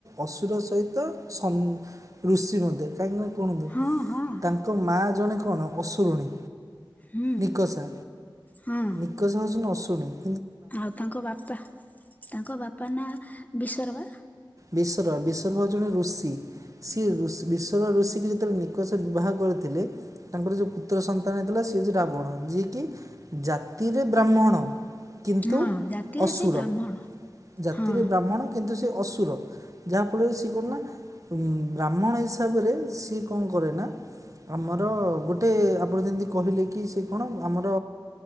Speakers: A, on the right (about 40°); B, on the left (about 20°).
A: ଅସୁର ସହିତ ସ ର ଋଷି ମଦେ କହିଁକି ନା କୁହନ୍ତୁ
B: ହଁ ହଁ
A: ତାଙ୍କ ମା ଜଣେ କଣ ଅସୁରୁଣୀ।
B: ହୁଁ
A: ନିକସା
B: ହଁ
A: ନିକସ ହେଉଛନ୍ତି ଅଶୁଣୀ।
B: ଆଉ ତାଙ୍କ ବାପା ତାଙ୍କ ବାପା ନାଁ ବିସର୍ବା
A: ବିସର୍ବା ବିସର୍ବା ହଉଚି ଜଣେ ଋଷି ସିଏ ଋଷି -ସିଏ ବିସର୍ବା ଋଷି ଗିଳି ଯେତେ ନିକସ ବିବାହ କରିଥିଲେ ତାଙ୍କର ଯୋଉ ପୁତ୍ର ସନ୍ତାନ ହେଇଥିଲା ସିଏ ହଉଛି ରାବଣ ଯିଏକି- ଜାତିରେ ବ୍ରାହ୍ମଣ କିନ୍ତୁ
B: ହଁ ଜାତିରେ
A: ଅସୁର
B: ସେ ବ୍ରାହ୍ମଣ
A: ଜାତିରେ
B: ହଁ
A: ବ୍ରାହ୍ମଣ କିନ୍ତୁ ସେ ଅସୁ ଯାହାଫଳରେ ସିଏ କୁନା ବ୍ରାହ୍ମଣ ହିସାବରେ ସିଏ କଣ କରେ ନା। ଆମର ଗୋଟେ ଆପଣ ଯେମିତି କହିଲେ କି ସେ କଣ ଆମର